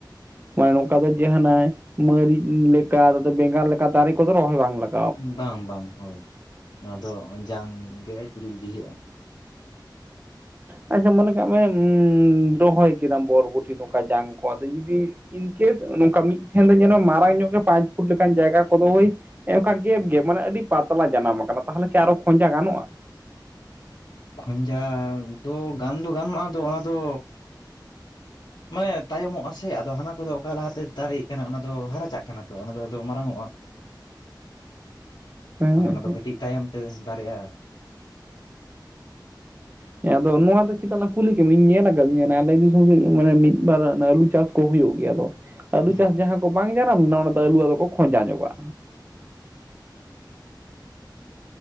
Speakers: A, on the right (about 25°); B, on the left (about 65°).
A: ᱢᱟᱱᱮ ᱱᱚᱝᱠᱟ ᱫᱚ ᱡᱟᱦᱱᱟᱜ ᱢᱟ. ᱨᱤᱪ ᱞᱮᱠᱟ ᱵᱮᱸᱜᱟᱲ ᱞᱮᱠᱟ ᱫᱟᱨᱮ ᱠᱚᱫᱚ ᱨᱚᱦᱚᱭ ᱵᱟᱝ ᱞᱟᱜ
B: ᱵᱟᱝ ᱵᱟᱝ ᱦᱳᱭ ᱱᱚᱣᱟ ᱫᱚ ᱡᱟᱝ ᱜᱮ ᱪᱩᱨᱩᱡ ᱤᱫᱤ ᱦᱩᱭᱩᱜᱼᱟ᱾
A: ᱟᱪᱪᱷᱟ ᱢᱚᱱᱮ ᱠᱟᱜ ᱢᱮ ᱨᱚᱦᱚᱭ ᱠᱮᱫᱟᱢ ᱵᱚᱨᱵᱚᱴᱤ ᱱᱚᱝᱠᱟ ᱡᱟᱝ ᱠᱚ ᱟᱫᱚ ᱡᱩᱫᱤ? ᱤᱱᱠᱮᱥ ᱱᱚᱝᱠᱟ ᱢᱤᱫ ᱴᱷᱮᱱ ᱫᱚ ᱧᱮᱱᱚᱜᱼᱟ ᱢᱟᱨᱟᱝ ᱧᱚᱜ ᱜᱮ ᱯᱟᱸᱪ ᱯᱷᱩᱴ ᱞᱮᱠᱟᱱ ᱡᱟᱭᱜᱟ ᱠᱚᱫᱚ ᱦᱳᱭ᱾ ᱚᱱᱠᱟ ᱜᱮᱯ ᱜᱮ ᱢᱟᱱᱮ ᱟᱹᱰᱤ ᱯᱟᱛᱞᱟ ᱡᱟᱱᱟᱢ ᱟᱠᱟᱱᱟ ᱛᱟᱦᱚᱞᱮ ᱠᱤ ᱟᱨᱚ ᱠᱷᱡᱟ ᱜᱟᱱᱚᱜᱼᱟ?
B: ᱠᱷᱚᱸᱡᱟ ᱫᱚ ᱜᱟᱱ ᱫᱚ ᱜᱟᱱᱚᱜᱼᱟ ᱟᱫᱚ ᱚᱱᱟ ᱫᱚ᱾ ᱢᱟᱭᱮ ᱛᱟᱭᱚᱢᱚᱜᱼᱟ ᱥᱮ ᱟᱫᱚ ᱦᱟᱱᱟ ᱠᱚᱫᱚ ᱚᱠᱟ ᱞᱟᱦᱟᱛᱮ ᱫᱟᱨᱮᱜ ᱠᱟᱱᱟ ᱚᱱᱟ ᱫᱚ ᱦᱟᱨᱟᱪᱟᱜ ᱠᱟᱱᱟ ᱛᱚ ᱚᱱᱟ ᱫᱚ ᱢᱟᱨᱟᱝᱟ ᱚᱜᱼᱟ᱾
A: ᱦᱮᱸ
B: ᱟᱫᱚ ᱚᱱᱟ ᱫᱚ ᱠᱟᱹᱴᱤᱡ ᱛᱟᱭᱚᱢ ᱛᱮ ᱫᱟᱨᱮᱜᱼᱟ᱾
A: ᱦᱮᱸ ᱟᱫᱚ ᱱᱚᱣᱟ ᱫᱚ ᱪᱮᱫᱟᱜ ᱞᱟᱝ ᱠᱩᱞᱤ ᱠᱮ ᱢᱮ ᱤᱧ ᱧᱮᱞ ᱟᱠᱟᱫᱤᱧᱟ ᱟᱞᱮ ᱫᱤᱥᱚᱢ ᱨᱮ ᱢᱟᱱᱮ ᱢᱤᱫ ᱵᱟᱨ ᱟᱞᱩ ᱪᱟᱥ ᱠᱚ ᱦᱩᱭᱩᱜ ᱜᱮᱭᱟ ᱟᱫᱚ ᱟᱹᱞᱩ
B: ᱦᱩᱸ
A: ᱪᱟᱥ ᱡᱟᱦᱟᱸ ᱠᱚ ᱵᱟᱝ ᱡᱟᱱᱟᱢ ᱞᱮᱱᱟ ᱚᱱᱟ ᱫᱚ ᱟᱹᱞᱩᱫᱚᱠᱚ ᱠᱷᱚᱸᱡᱟ ᱧᱚᱜᱚᱜᱼᱟ᱾